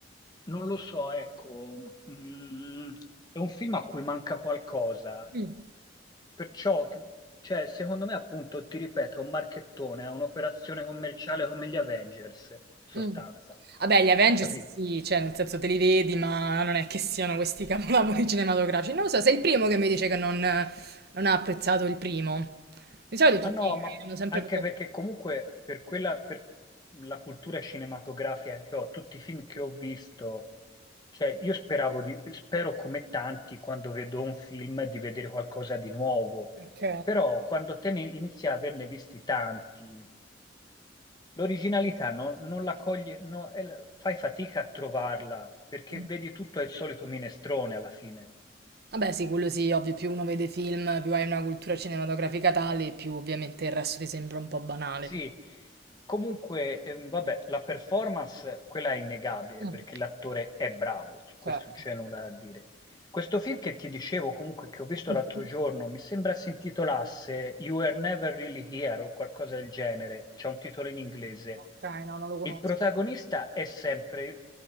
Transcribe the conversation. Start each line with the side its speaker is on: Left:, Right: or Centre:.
Left: non lo so, ecco, mm, è un film a cui manca qualcosa,
Right: Mm.
Left: perciò, che- cioè, secondo me, appunto, ti ripeto, è un marchettone, è un'operazione commerciale come gli Avengers, in sostanza,
Right: Mm. Vabbè, gli Avengers
Left: capito?
Right: sì, cioè nel senso te li vedi, ma non è che siano questi capolavori <laughs> cinematografici. Non lo so, sei il primo che mi dice che non, non ha apprezzato il primo. Di solito
Left: Ma
Right: tutti
Left: no, ma
Right: hanno sempre
Left: anche
Right: parlato.
Left: perché comunque per quella, per la cultura cinematografica che ho, tutti i film che ho visto, cioè io speravo di, spero come tanti quando vedo un film di vedere qualcosa di nuovo,
Right: Ok.
Left: però quando te ne inizi a averne visti tanti, l'originalità non, non la coglie, no, è la- fai fatica a trovarla perché
Right: Mm.
Left: vedi tutto è il solito minestrone alla fine.
Right: Vabbè, sì, quello sì, ovvio, più uno vede film, più hai una cultura cinematografica tale, più ovviamente il resto ti sembra un po' banale.
Left: Sì, comunque, ehm, vabbè, la performance, quella è innegabile
Right: Mm,
Left: perché l'attore è bravo, su questo
Right: Certo.
Left: non c'è nulla da dire. Questo film che ti dicevo comunque che ho visto
Right: Mhm.
Left: l'altro giorno, mi sembra si intitolasse You Were Never Really Here o qualcosa del genere, c'è un titolo in inglese.
Right: Ok, no, non lo conosco.
Left: Il protagonista è sempre